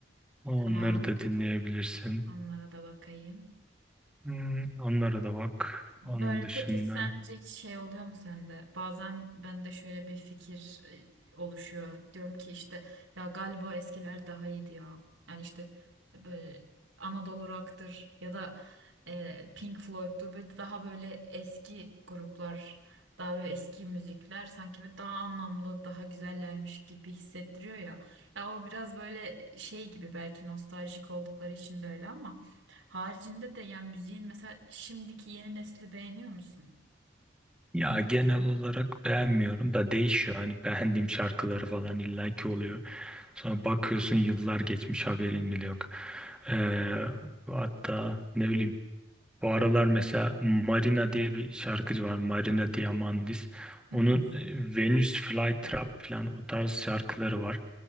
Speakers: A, in the centre; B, on the right (about 85°).
A: Onları
B: Tamam.
A: da dinleyebilirsin.
B: Onlara da bakayım.
A: Hmm, onlara da bak.
B: Böyle
A: Onun dışında.
B: peki sence hiç şey oluyor mu sende? Bazen bende şöyle bir fikir e, oluşuyor. Diyorum ki işte ya galiba eskiler daha iyiydi ya. Yani işte e, böyle Anadolu Rock'tır ya da e, Pink Floyd'tur. Böyle daha böyle eski gruplar, daha böyle eski müzikler sanki böyle daha anlamlı, daha güzellermiş gibi hissettiriyor ya. Ya o biraz böyle şey gibi belki nostaljik oldukları için de öyle ama. Haricinde de yani müziğin mesela şimdiki yeni nesli beğeniyor musun?
A: Ya genel olarak beğenmiyorum da değişiyor. Hani beğendiğim şarkıları falan illaki oluyor. Sonra bakıyorsun yıllar geçmiş haberin bile yok. Ee, hatta ne bileyim bu aralar mesela Marina diye bir şarkıcı var. Marina Diamandis.
B: Hı
A: Onun
B: hı.
A: e, Venus Flytrap falan o tarz şarkıları var.